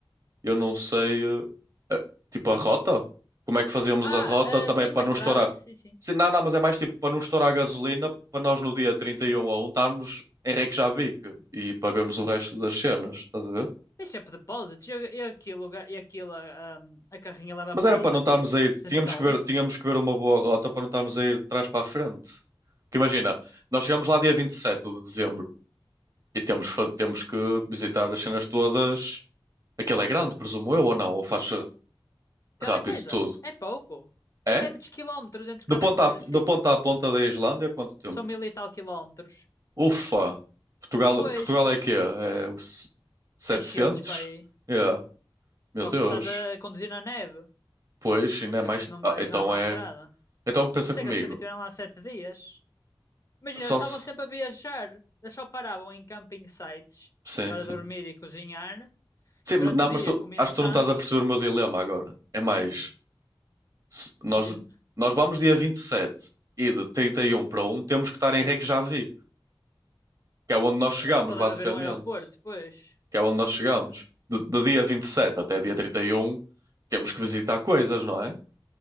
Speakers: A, on the right; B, on the left.
A: Eu não sei, eh, eh, tipo a rota? Como é que fazíamos
B: Ah,
A: a rota
B: eh,
A: também
B: tem
A: para
B: uma
A: não
B: estrada,
A: estourar?
B: sim, sim.
A: Sim, não, não, mas é mais tipo para não estourar a gasolina, para nós no dia 31 a 1 estarmos em Reykjavik e pagamos o resto das cenas, estás a ver?
B: Tem sempre depósitos. E, e aquilo, ga- e aquilo, ah, hum, a carrinha leva
A: Mas
B: para
A: era para
B: aí
A: não estarmos a ir,
B: cento
A: tínhamos
B: e tal
A: que ver,
B: litros.
A: tínhamos que ver uma boa rota para não estarmos a ir de trás para a frente. Porque imagina, nós chegamos lá dia 27 de dezembro e temos, fa- temos que visitar as cenas todas. Aquilo é grande, presumo eu, ou não? Ou faz rápido
B: Cada coisa.
A: tudo?
B: É pouco. Tens
A: É?
B: é muitos quilómetros entre cada
A: Do ponto
B: coisa,
A: à,
B: sim.
A: do ponto à ponta da Islândia, quanto tempo?
B: São mil e tal quilómetros.
A: Ufa! Portugal,
B: Pois,
A: Portugal é quê? É o se- 700?
B: 600 para aí.
A: É. Meu
B: Só
A: Deus.
B: que estás a conduzir na neve.
A: Pois, ainda
B: Por
A: é mais.
B: isso não
A: Ah,
B: vais
A: então
B: na à
A: é.
B: estrada.
A: Então pensa
B: Por
A: comigo.
B: isso é que eles também estiveram lá sete dias. Imagina,
A: Só
B: eles estavam
A: se.
B: sempre a viajar. Eles só paravam em camping sites
A: Sim,
B: para
A: sim.
B: dormir e cozinhar.
A: Sim,
B: Durante
A: mas- não,
B: o dia
A: mas tu,
B: comiam
A: acho
B: sandes.
A: que tu não estás a perceber o meu dilema agora. É mais.
B: Hum,
A: se- nós,
B: imagina,
A: nós vamos dia vinte e sete e de 31 para um temos que estar em Reykjavik, que é onde nós chegamos,
B: eh, só
A: basicamente.
B: deve haver um aeroporto, depois.
A: que é onde nós chegamos. Do, do dia 27 até dia 31 temos que visitar coisas, não é?